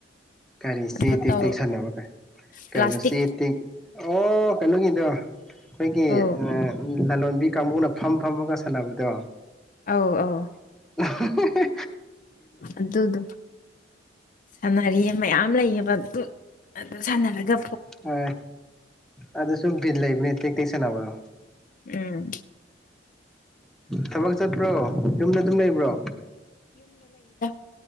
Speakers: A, in the centre; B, on the left.
A: ꯀꯔꯤ
B: ꯑꯗꯨ
A: ꯆꯦ ꯇꯦꯛ
B: ꯇꯧ
A: ꯇꯦꯛꯁꯟꯅꯕ ꯀ ꯀꯩꯅꯣ
B: ꯄ꯭ꯂꯥꯁꯇꯤꯛ
A: ꯆꯦ ꯇꯦꯛ ꯑꯣ ꯀꯩꯅꯣꯒꯤꯗꯣ ꯑꯩꯈꯣꯏꯒꯤ
B: ꯑꯧ
A: ꯑ ꯂꯂꯣꯟꯕꯤ ꯀꯥꯡꯕꯨꯅ ꯐꯝ ꯐꯝꯃꯒ ꯁꯥꯟꯅꯕꯗꯣ
B: ꯑꯧꯑꯧ
A: ꯑꯍ ꯍꯍ
B: ꯑꯗꯨꯗꯣ ꯁꯥꯟꯅꯔꯤꯌꯦ ꯃꯌꯥꯝ ꯂꯦꯏꯌꯦ ꯕꯥ ꯑꯗꯨꯝ ꯑꯗꯨꯝ ꯁꯅꯔꯒꯥ꯫
A: ꯍ ꯑꯗꯨꯗꯁꯨꯨꯝ ꯗ ꯂꯩꯕꯅꯦ ꯀ ꯀꯩꯁꯅꯕ꯭ꯔꯣ
B: ꯎꯝ
A: ꯊꯥꯕꯛ ꯆ꯭ꯇꯞꯔꯣ ꯌꯨꯃꯗꯥ ꯑꯗꯨꯝ ꯂꯦꯏꯕ꯭ꯔꯣ꯫
B: ꯑꯦꯟ.